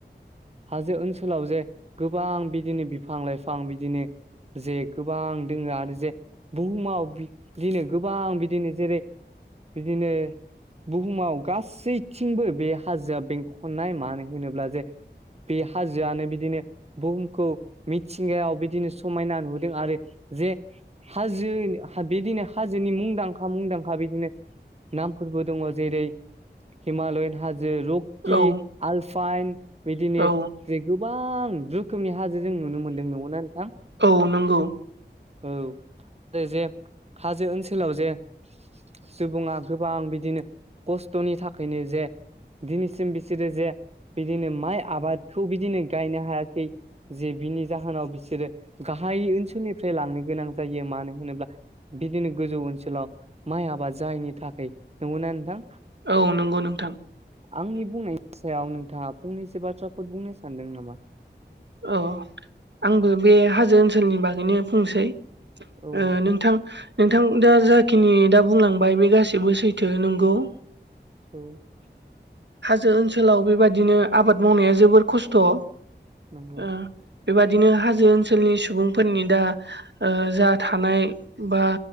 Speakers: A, on the right; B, on the right.
A: हाजो ओनसोलाव जे गोबां बिदिनो बिफां-लाइफां बिदिनो ओ जे गोबां दङो आरो जे बुहुमाव ओ बिदिनो गोबां बिदिनो जेरै बिदिनो बुहुमाव गासैथिंबो बे हाजोआ बेंखननाय मानो होनोब्ला जे बे हाजोआनो बिदिनो बुहुमखौ मिथिंगायाव बिदिनो समायना नुदों आरो जेओ हाजो ओ बिदिनो हाजोनि मुंदांखा मुंदांखा बिदिनो नामफोरबो दङ जेरै हिमालयान हाजो रु कि
B: औ
A: आलफाइन बिदिनो
B: औ
A: ओ जे गोबां रोखोमनि हाजो जों नुनो मोनदों नंगौना नोंथां।
B: औ नंगौ।
A: औ आरो जे हाजो ओनसोलाव जे सुबुङा गोबां बिदिनो खस्थ'नि थाखायनो जे दिनैसिम बिसोरो जे बिदिनो माइ आबादखौ बिदिनो गायनो हायाखै। जे बिनि जाहोनाव बिसोरो गाहाय ओनसोलनिफ्राय लांनो गोनां जायो मानो होनोब्ला ओ बिदिनो गोजौ ओनसोलाव माइ आबाद जायैनि थाखाय नंगौना नोंथांओ
B: औ नंगौ नोंथां।
A: आंनि बुंनायनि सायाव नोंथाङा फंनैसो बाथ्राफोर बुंनो सान्दों नामा
B: औ आंबो बे हाजो ओनसोलनि बागैनो बुंनोसैओ
A: औ
B: ओ नोंथां नोंथां दा जाखिनि दा बुंलांबाय बे गाससिबो सैथो नोंगौओ
A: <inaudible>
B: हाजो ओनसोलाव बेबादिनो आबाद मावनाया जोबोर खस्थ
A: <unintelligible>
B: ओ बेबादिनो हाजो ओनसोलनि सुबुंफोरनि दा ओ जा थानाय बा